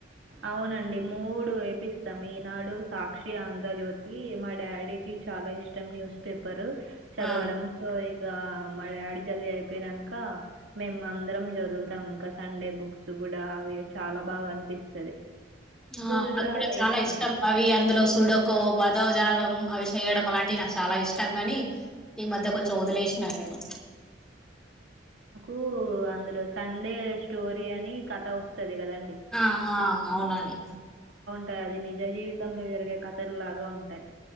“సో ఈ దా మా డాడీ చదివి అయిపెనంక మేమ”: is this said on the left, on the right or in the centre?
Right